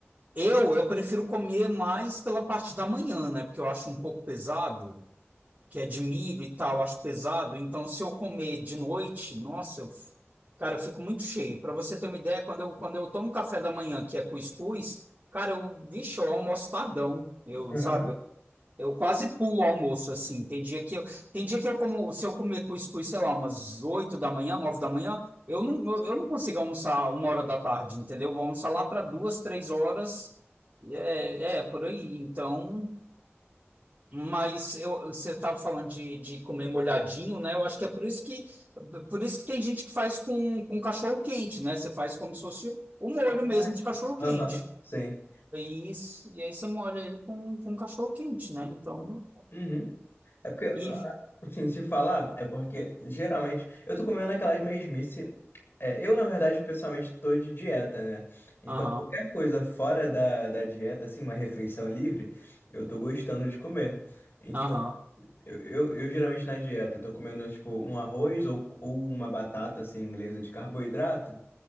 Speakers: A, on the right; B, on the left.
A: eu eu prefiro comer mais pela parte da manhã, né? Porque eu acho um pouco pesado, que é de milho e tal, eu acho pesado. Então, se eu comer de noite, nossa, eu, f- cara, eu fico muito cheio. Para você ter uma ideia, quando eu, quando eu tomo café da manhã, que é cuscuz, cara, eu, vixe, eu almoço tardão, eu,
B: <laughs> Aham.
A: sabe? Eu quase pulo o almoço, assim. Tem dia que eu, tem dia que eu como, se eu comer cuscuz, sei lá, umas 8 da manhã, 9 da manhã, eu não, eu, eu não consigo almoçar uma hora da tarde, entendeu? Vou almoçar lá para duas, três horas. É, é, por aí. Então, mas eu, você estava falando de, de comer molhadinho, né? Eu acho que é por isso que, por isso que tem gente que faz com, com cachorro quente, né? Você faz como se fosse o molho
B: Caraca.
A: mesmo de cachorro quente.
B: Aham, sim.
A: E, isso- e aí você molha ele com, com cachorro quente, né? Então.
B: Uhum. É porque, ah,
A: E,
B: assim, se falar, é porque geralmente eu tô comendo aquelas mesmice. É, eu, na verdade, pessoalmente tô de dieta, né? Então,
A: Aham,
B: qualquer coisa fora da, da dieta, assim, uma refeição livre, eu tô gostando de comer. Então,
A: aham,
B: eu, eu, eu geralmente na dieta, eu tô comendo, tipo, um arroz ou, ou uma batata, assim, inglesa de carboidrato